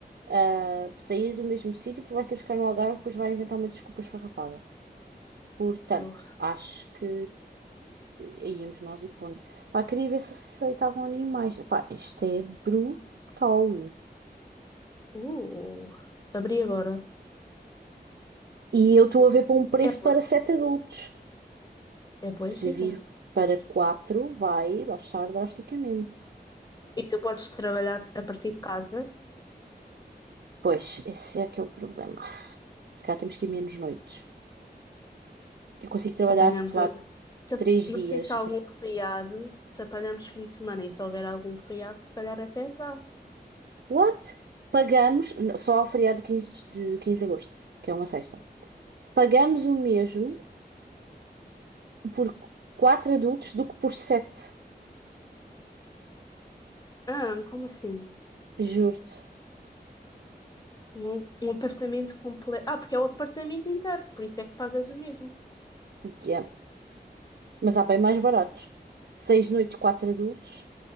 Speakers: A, on the right; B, on the left.
A: ah, sair do mesmo sítio, porque vai querer ficar no Algarve, depois vai inventar uma desculpa esfarrapada. Portanto,
B: Peru.
A: acho que aí íamos nós e ponto. Pá, queria ver se aceitavam animais. Pá, isto é brutal.
B: Uh, abri agora.
A: E eu estou a ver para um preço
B: É boa.
A: para sete adultos.
B: É boa
A: Se
B: gira.
A: vir para quatro, vai baixar drasticamente.
B: E tu podes trabalhar a partir de casa
A: Pois, esse é que é o problema. Se calhar temos que ir menos noites. Eu consigo trabalhar
B: Se apanharmos,
A: tipo vá
B: a- se- a-
A: Três
B: não
A: dias.
B: sei se há
A: a
B: algum
A: partir-
B: feriado, se apanharmos fim de semana e se houver algum feriado, se calhar até dá.
A: What? Pagamos, n- só ao feriado quinze de quinze de agosto, que é uma sexta. Pagamos o mesmo por quatro adultos do que por sete.
B: Ah, como assim?
A: Juro-te.
B: Um, um apartamento completo. Ah, porque é o apartamento inteiro, por isso é que pagas o mesmo.
A: Yeah. Mas há bem mais baratos. Seis noites, quatro adultos,